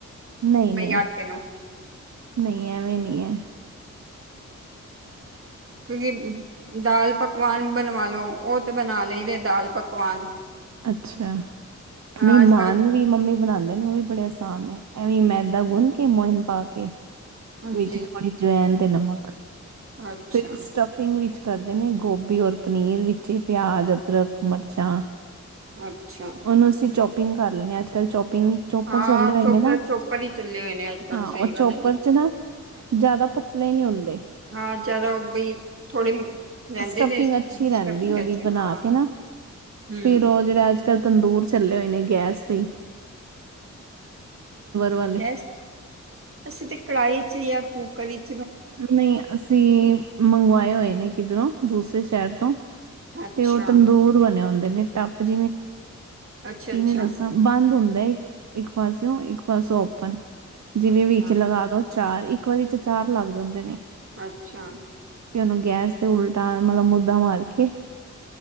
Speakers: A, on the right; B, on the right.
A: ਨਹੀਂ
B: ਬਈ
A: -ਨਹੀਂ,
B: ਆਟੇ ਨੂੰ
A: ਨਹੀਂ ਐਵੇਂ ਨਹੀ ਹੈ
B: ਕਿਉਂਕਿ ਦਾਲ ਪਕਵਾਨ ਬਣਵਾ ਲਉ ਉਹ ਤਾਂ ਬਣਾ ਲਈ ਦੇ ਦਾਲ ਪਕਵਾਨ
A: ਅੱਛਾ, ਨਹੀਂ
B: ਅੱਜ
A: ਨਾਨ
B: ਕੱਲ
A: ਵੀ ਮੰਮੀ ਬਣਾਉਂਦੇ ਨੇ ਉਹ ਵੀ। ਬੜੇ ਆਸਾਨ ਨੇ, ਐਵੇਂ ਮੈਦਾ ਗੁੰਨ ਕੇ ਮੋਇਨ ਪਾ ਕੇ
B: ਹਾਂਜੀ
A: ਵਿੱਚ ਥੋੜੀ ਅਜਵੈਨ ਤੇ ਨਮਕ ਫ
B: ਅੱਛਾ
A: ਸਟ ਸਟਿੰਗ ਵਿੱਚ ਕਰਦੇ ਨੇ ਗੋਭੀ ਔਰ ਪਨੀਰ ਵਿੱਚ ਪਿਆਜ਼, ਅਦਰਕ, ਮਿਰਚਾਂ।
B: ਅੱਛਾ
A: ਉਹਨੂੰ ਅਸੀਂ ਚੋਪਿੰਗ ਕਰ ਲੈਂ ਹਾਂ ਅੱਜ- ਕੱਲ੍ਹ ਚੋਪਿੰਗ ਚੋਪਰ
B: ਹਾਂ
A: ਚੱਲੇ ਹੋਏ
B: ਚੋਪ
A: ਨੇ ਨਾ
B: ਚੋਪਰ ਹੀ ਚੱਲੇ ਹੋਏ ਨੇ ਅੱਜ ਕੱਲ
A: ਹਾਂ
B: ਸਹੀ
A: ਉਹ
B: ਗੱਲ
A: ਚੋਪਰ
B: ਹੈਗੀ
A: 'ਚ ਨਾ ਜ਼ਿਆਦਾ ਪਤਲੇ ਨਹੀਂ ਹੁੰਦੇ
B: ਹਾਂ ਜ਼ਿਆਦਾ ਬਈ ਥੋੜੇ ਰਹਿੰਦੇ
A: ਸਟਫਿੰਗ
B: ਨੇ
A: ਅੱਛੀ ਰਹਿੰਦੀ
B: ਹਾਂ
A: ਉਹਦੀ ਬਣਾ ਕੇ ਨਾ
B: ਹਮ
A: ਫਿਰ ਉਹ ਜਿਹੜੇ ਅੱਜ ਕੱਲ੍ਹ ਤੰਦੂਰ ਚੱਲੇ ਹੋਏ ਨੇ ਗੈਸ ਦੀ ਵਾਲੇ
B: ਗੈਸ, ਅਸੀਂ ਤੇ ਕੜਾਹੀ ਚ ਜਾਂ ਕੂਕਰ ਚ
A: ਨਹੀਂ ਅਸੀਂ ਮੰਗਵਾਏ ਹੋਏ ਨੇ ਕਿੱਧਰੋਂ ਦੂਸਰੇ ਸ਼ਹਿਰ ਤੋਂ
B: ਅੱਛਾ
A: ਤੇ ਉਹ ਤੰਦੂਰ ਬਣੇ ਹੁੰਦੇ ਨੇ ਟੱਪ ਜਿਵੇਂ,
B: ਅੱਛਾ
A: ਕਿਵੇਂ
B: ਅੱਛਾ
A: ਦੱਸ ਬੰਦ ਹੁੰਦਾ ਇੱਕ, ਇੱਕ ਪਾਸਿਓ ਇੱਕ ਪਾਸਿਓ ਓਪਨ ਜਿਵੇਂ
B: ਅੱਛਾ
A: ਵਿੱਚ ਲਗਾ ਦੋ ਚਾਰ ਇੱਕ ਵਾਰੀ ਚ ਚਾਰ ਲੱਗ ਜਾਂਦੇ ਨੇ
B: ਅੱਛਾ।
A: ਤੇ ਉਹਨੂੰ ਗੈਸ ਤੇ ਉਲਟਾ ਮਤਲਬ ਮੁੱਦਾ ਮਾਰ ਕੇ